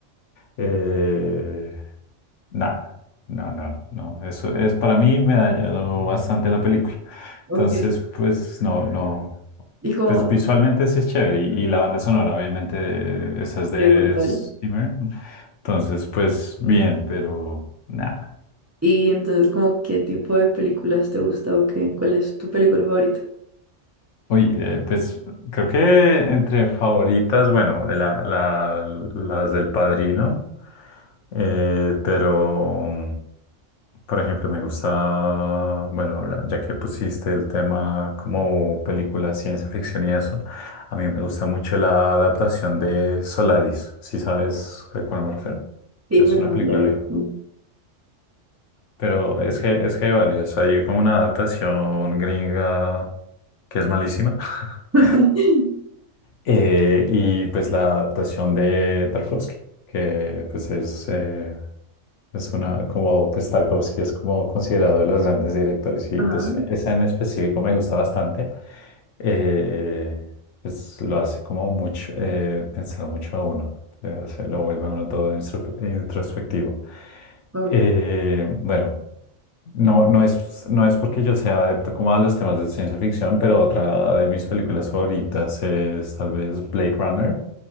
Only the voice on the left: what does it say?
Eh, nada, no, no, no. Eso es para mí me dañó bastante la película.
Entonces, pues no, no.
Pues visualmente sí es chévere. Y, y la banda sonora, obviamente, eh, esa es de
Steamer. Entonces, pues bien, pero nada.
Uy, eh, pues creo que entre favoritas, bueno, de la, la- las del Padrino, eh, pero por ejemplo me gusta, bueno, la- ya que pusiste el tema como película ciencia ficción y eso, a mí me gusta mucho la adaptación de Solaris, si sabes a cuál me refiero?
Es
una
película
vieja,
pero es que, es que hay varias, hay como una adaptación gringa que es malísima. <laughs>
Eh, y pues la adaptación de Tarkovsky, que pues es, eh, es una, como pues Tarkovsky es como considerado de los grandes directores y
pues esa en específico me gusta bastante. Eh, pues lo hace como mucho, eh, pensar mucho a uno, eh, o sea, lo vuelve a uno todo instru- introspectivo.
Eh, bueno. No, no es, no es porque yo sea adepto como a los temas de ciencia ficción, pero otra de mis películas favoritas es tal vez Blade Runner.